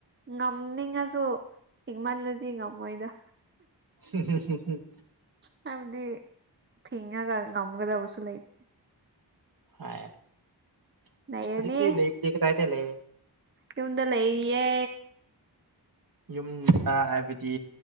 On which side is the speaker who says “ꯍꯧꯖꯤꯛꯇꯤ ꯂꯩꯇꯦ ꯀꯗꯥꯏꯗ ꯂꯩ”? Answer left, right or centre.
Right